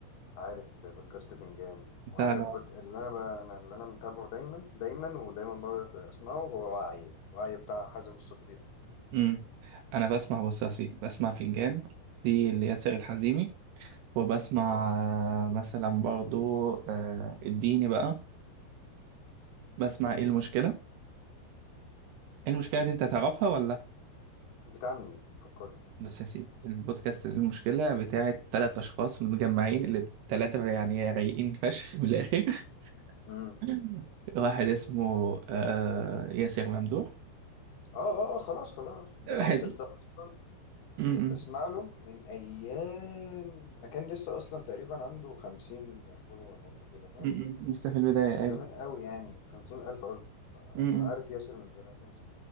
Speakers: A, on the left (about 60°); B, on the right (about 70°).
A: عارف بودكاست فنجان
B: انت
A: وعارف
B: لو
A: بود... اللي انا بقى انا اللي انا متابعه دايما دايما ودايما بقعد اسمعه هو وعي وعي بتاع حازم الصديق
B: امم انا بسمع بص يا سيدي بسمع فنجان دي اللي ياسر الحزيمي وبسمع
A: اه
B: آه، مثلا برضو آه، الديني بقى بسمع ايه المشكلة إيه المشكلة
A: أمم.
B: دي انت هتعرفها ولا
A: بتاع مين فكرني
B: بس يا سيدي البودكاست المشكلة بتاعت تلات اشخاص متجمعين اللي التلاتة يعني رايقين فشخ من الاخر
A: امم
B: <laughs> واحد اسمه آه ياسر ممدوح
A: اه اه آه، خلاص خلاص ده انا
B: واحد
A: ياسر ده اصلا
B: م- م-
A: بسمع له من ايام ما كان لسه اصلا تقريبا عنده خمسين فولور ولا كده فاهم
B: م- م. لسه في البداية
A: من
B: ايوه
A: زمان قوي يعني خمسين الف قصدي فانا
B: م- م.
A: عارف ياسر من زمان اصلا